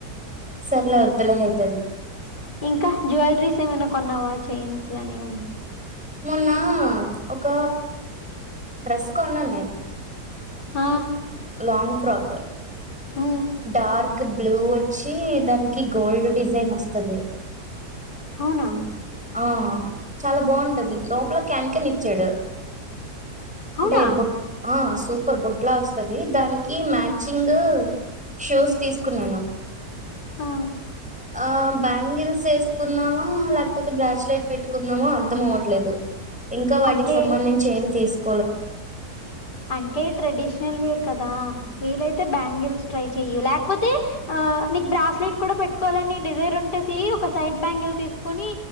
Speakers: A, in the centre; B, on the left (about 85°).
A: సర్లే అద్దులే అయితది
B: ఇంకా జ్యువెలరీస్ ఏమైనా కొన్నావా చైన్స్ గానీ ఏమైనా
A: మొన్న ఒక డ్రెస్ కొన్నాను నే
B: ఆ
A: long frock
B: hmm.
A: Dark blue వచ్చి దానికి గోల్డ్ డిజైన్ వస్తది
B: అవునా
A: ఆ చాలా బాగుంటది లోపల క్యాన్కెన్ ఇచ్చాడు
B: అవునా?
A: అంటే భో ఆ సూపర్ బుట్లా వస్తది దానికి మ్యాచింగ్ షూస్ తీసుకున్నాను
B: ఆ
A: ఆ బ్యాంగిల్స్ వేసుకుందామా లేకపోతే బ్రాచ్లెట్ పెట్టుకుందామా అర్ధం అవట్లేదు ఇంకా వాటికి
B: అంటే,
A: సంబంధించి ఏం తీసుకో
B: అంటే ట్రెడిషల్ వేర్ కదా వీలైతే బ్యాంగిల్స్ ట్రై చెయ్య లేకపోతే ఆ నీకు బ్రాస్లెట్ కూడా పెట్టుకోవాలని డిజైర్ ఉంటేసిరి ఒక సైడ్ బ్యాంగిల్ తీసుకొని